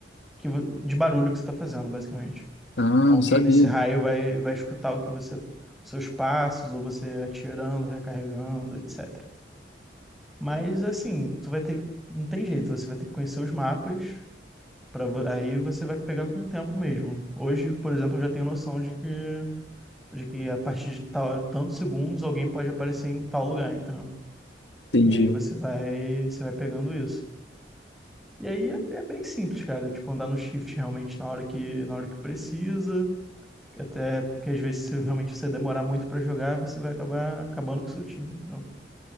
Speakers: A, in the centre; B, on the left.
A: que vo- de barulho que você está fazendo, basicamente.
B: Ah,
A: Então
B: não
A: alguém
B: sabia.
A: nesse raio vai, vai escutar o que você, seus passos, ou você atirando, recarregando, etc. Mas assim, tu vai ter, não tem jeito, você vai ter que conhecer os mapas para aí você vai pegar com o tempo mesmo. Hoje, por exemplo, eu já tenho noção de que de que a partir de tal, tantos segundos alguém pode aparecer em tal lugar, entendeu?
B: Entendi,
A: E aí você vai, você vai pegando isso. E aí é, é bem simples, cara, tipo andar no shift realmente na hora que na hora que precisa Até porque às vezes se realmente você demorar muito pra jogar, você vai acabar acabando com o seu time. Não.